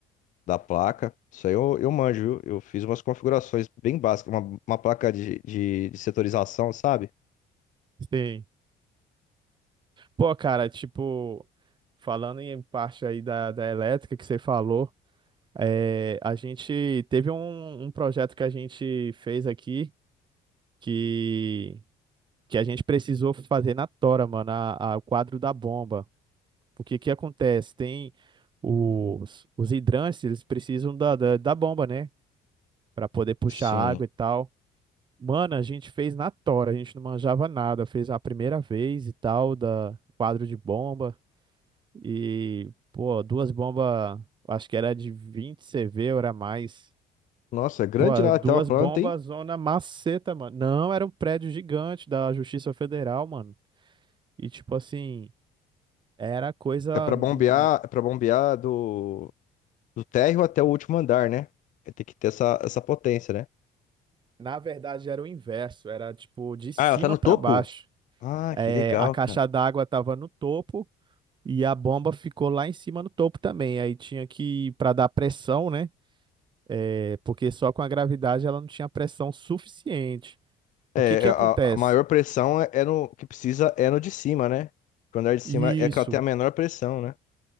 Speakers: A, on the left (about 50°); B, on the right (about 30°).
A: da placa. Isso aí eu, eu manjo, viu? Eu fiz umas configurações bem básicas, uma, uma placa de, de, de setorização, sabe?
B: Sim. Pô, cara, tipo, falando em parte aí da, da elétrica que você falou, É, a gente teve um, um projeto que a gente fez aqui que, que a gente precisou fazer na tora, mano, a, a- o quadro da bomba. Porque que acontece? Tem os, os hidrantes, eles precisam da, da, da bomba, né? Pra poder puxar
A: Sim.
B: água e tal. Mano, a gente fez na tora, a gente não manjava nada. Fez a primeira vez e tal, da quadro de bomba. E, pô, duas bombas, acho que era de 20 CV, ou era mais.
A: Nossa, é grande
B: Pô,
A: lá
B: duas
A: até a planta,
B: bombas,
A: hein?
B: zona maceta, mano. Não, era um prédio gigante da Justiça Federal, mano. E, tipo assim, era coisa.
A: É pra
B: hum,
A: bombear, é para bombear do. Do térreo até o último andar, né? Tem que ter essa, essa potência, né?
B: Na verdade, era o inverso. Era, tipo, de cima
A: Ah, ela tá no
B: pra
A: topo?
B: baixo.
A: Ah,
B: É,
A: que legal,
B: a caixa
A: cara.
B: d'água tava no topo e a bomba ficou lá em cima no topo também. Aí tinha que, pra dar pressão, né? É, porque só com a gravidade ela não tinha pressão suficiente. O
A: É,
B: que que
A: é, a,
B: acontece?
A: a maior pressão é, é no que precisa é no de cima, né? Porque o andar de cima
B: Isso.
A: é que ela tem a menor pressão, né?